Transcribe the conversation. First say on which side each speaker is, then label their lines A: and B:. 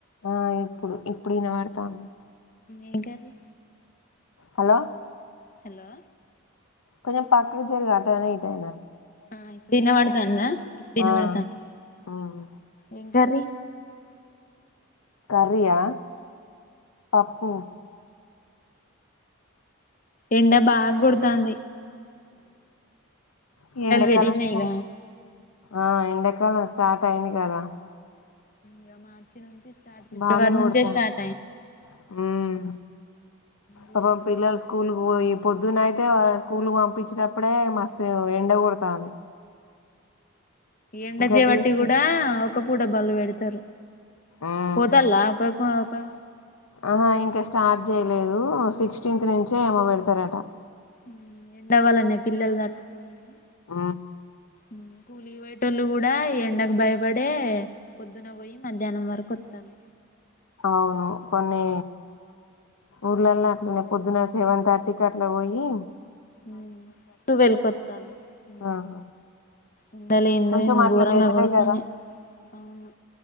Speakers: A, on the left; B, on the left.
A: ఆ ఇప్పుడు ఇప్పుడు వినబడతంది
B: ఏం కర్రీ
A: హలో
B: హలో
A: కొంచెం పక్కకు జరుగు అటాయిన ఇటైన
B: ఆ ఇప్పుడిన వడతాంద ఇప్పుడినవడతంది
A: ఆ ఉమ్.
B: ఏం కర్రీ
A: కర్రి ఆ పప్పు
B: ఎండ బాగా కుడతంది
A: ఈ ఎండకాలం
B: పెరిగినాయి
A: స్టార్ట్
B: ఇగ
A: ఆ ఎండకాలం స్టార్ట్ అయింది కదా
B: ఇగ మార్చి నుంచి స్టార్ట్ ఫిబ్రవరి
A: బానే కొడతాంది
B: నుంచే స్టార్ట్ అయ
A: మ్మ్
B: గోరంగ
A: పాపం పిల్లలు
B: కొడుతన్నాయి
A: స్కూల్ కు పోయి పొద్దున అయితే వాళ్లను స్కూల్ పంపించేటప్పుడే మస్తు ఎండ కొడతంది
B: ఎండ
A: ఇంకా
B: జే వట్టి
A: తీసుకు
B: కూడా ఒక్కపూట బడులు పెడతరు.
A: మ్మ్
B: పోతళ్ళ ఒక పో కా
A: ఆహా ఇంకా స్టార్ట్ చేయలేదు. సిక్స్టీన్త్ నుంచే ఏమో పెడతారట.
B: ఊ ఎండ వలనే పిల్లలు తట్టుకోరని
A: ఆ
B: ఉ కూలీ పోయేటోళ్ళు కూడా ఈ ఎండకు భయపడే పొద్దున పోయి మధ్యాహ్నం వరకు వత్తరు.
A: అవును కొన్ని ఊర్లల్ల అట్లనే పొద్దున సెవెన్ థర్టీకి అట్ల పొయ్యి
B: ఊ ట్వెల్వ్ కొత్తళ్ళు ఊ
A: ఆహా
B: ఎండలేందో
A: కొంచెం
B: ఏమో
A: అట్లా
B: ఘోరంగ
A: బెటరే
B: కొడతానయి
A: కదా
B: అవును.